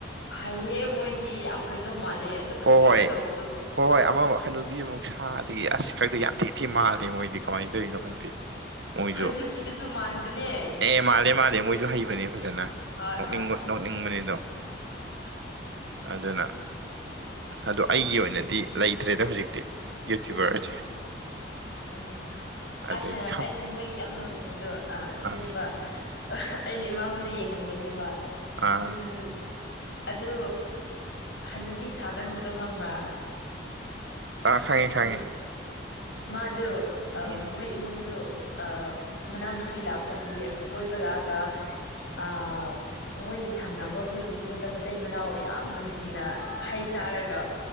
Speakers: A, on the left; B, on the right.
A: ꯍꯩꯑꯦ ꯃꯣꯏꯗꯤ ꯌꯥꯝ ꯀꯩꯅꯣ
B: ꯍꯣꯏ
A: ꯃꯥꯜꯂꯦ ꯑꯗꯨꯝ
B: ꯍꯣꯏ
A: ꯑꯁꯦꯡꯕ ꯇꯧꯕꯗꯣ
B: ꯍꯣꯏ ꯍꯣꯏ ꯑꯃꯃ ꯍꯅꯨꯕꯤ ꯑꯃꯨꯛ ꯁꯥ ꯑꯗꯒꯤ ꯑꯁ ꯈꯡꯗꯦ ꯌꯥꯝ ꯊꯤ ꯊꯤ ꯃꯥꯜꯂꯦ ꯃꯣꯏꯗꯤ ꯀꯃꯥꯏꯅ ꯇꯧꯔꯤꯅꯣ ꯈꯪ ꯃꯣꯏꯖꯨ
A: ꯍꯧꯖꯤꯛꯀꯤꯗꯨꯁꯨ ꯃꯥꯟꯕꯅꯦ
B: ꯑꯦ ꯃꯥꯂꯦ ꯃꯥꯂꯦ ꯃꯣꯏꯖꯨ ꯍꯩꯕꯅꯦ ꯐꯖꯅ
A: ꯍꯣꯏ
B: ꯅꯣꯛꯅꯤꯡꯕ
A: ꯍꯣꯏ
B: ꯅꯣꯛꯅꯤꯡꯕꯅꯦ ꯑꯗꯨꯝ ꯑꯗꯨꯅ ꯑꯗꯣ ꯑꯩꯒꯤ ꯑꯣꯏꯅꯗꯤ ꯂꯩꯇ꯭ꯔꯦꯗ ꯍꯧꯖꯤꯛꯇꯤ ꯌꯨꯇ꯭ꯌꯨꯕꯔꯖꯦ
A: ꯎꯝ
B: ꯑꯗꯒꯤ
A: ꯑꯩꯅ
B: ꯈꯪ
A: ꯑꯩꯅ ꯃꯣꯏꯒꯤ ꯌꯥꯝ ꯅꯣꯟꯅꯤꯡꯕꯗꯣ ꯁꯤꯅꯦꯕ
B: ꯑꯥ
A: ꯑꯩꯅ ꯃꯉꯣꯟꯗ ꯌꯦꯡꯍꯟꯕꯅꯦꯕ
B: ꯑꯥ
A: ꯎꯝ ꯑꯗꯨ ꯍꯅꯨꯕꯤ ꯁꯥꯒꯟꯕꯗꯣ ꯈꯪꯕ꯭ꯔꯥ
B: ꯑꯥ ꯈꯡꯉꯤ ꯈꯡꯉꯤ꯫
A: ꯎꯝ ꯃꯥꯗꯨ ꯑ
B: ꯎꯝ
A: ꯃꯣꯏ ꯏꯃꯨꯡꯗꯨ ꯑ ꯃꯅꯥꯎꯅꯨꯄꯤ ꯂꯥꯛꯄꯒꯤ ꯀꯣꯏꯕ ꯂꯥꯛꯑꯒ ꯑ ꯃꯣꯏꯒꯤ ꯊꯪꯅꯕ ꯑꯩꯈꯣꯏꯒꯤ ꯌꯨꯝꯗ ꯃꯇꯩ ꯃꯅꯥꯎ ꯌꯥꯝ ꯅꯨꯡꯁꯤꯅ ꯍꯩ ꯆꯥꯔꯒ